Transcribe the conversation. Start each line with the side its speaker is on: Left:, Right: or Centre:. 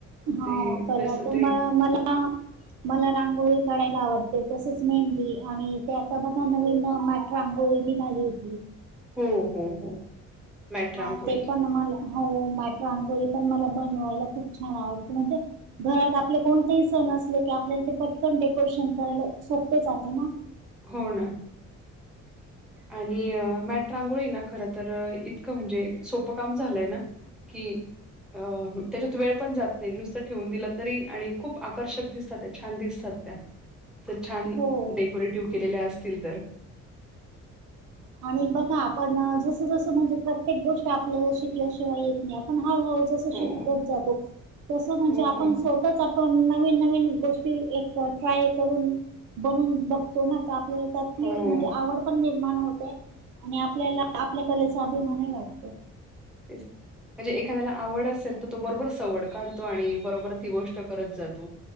Right: हो
Centre: ते
Right: कला
Centre: तस
Right: तर
Centre: ते
Right: म मला
Centre: <unintelligible>
Right: मला रांगोळी काढायला आवडते तसच मेहंदी आणि ते आता बघा नवीन मॅट रांगोळी झाली होती.
Centre: हो हो हो मॅट रांगोळी.
Right: हा ते पण मला हो मॅट रांगोळी पण मला बनवायला खूप छान आवडते म्हणजे घरात आपले कोणतेही सण असले की आपल्याला ते पटकन डेकोरेशन करायला सोपे जाते ना?
Centre: हो ना आणि मॅट रांगोळी ना खर तर इतकं म्हणजे सोपं काम झालंय ना की अ त्याच्यात वेळ पण जात नाही नुसतं ठेवून दिलं तरी आणि खूप आकर्षक दिसतात त्या छान दिसतात त्या असं छान
Right: हो
Centre: डेकोरेटिव्ह केलेल्या असतील तर
Right: आणि बघा आपण जसं जसं म्हणजे प्रत्येक गोष्टी आपल्याला शिकल्याशिवाय येत नाही आपण हळूहळू जस तो
Centre: हो,
Right: शिकत जातो. तस म्हणजे
Centre: हो.
Right: आपण सोताच आपण नवीन नवीन गोष्टी एक ट्राय करून बनून बघतो ना तर आपल्याला त्यातली
Centre: हो
Right: म्हणजे आवड पण निर्माण होते आणि आपल्याला आपल्या कलेचा अभिमानही वाटतो
Centre: तेच म्हणजे एखाद्याला आवड असेल तर तो बरोबर सवड काढतो आणि बरोबर ती गोष्ट करत जातो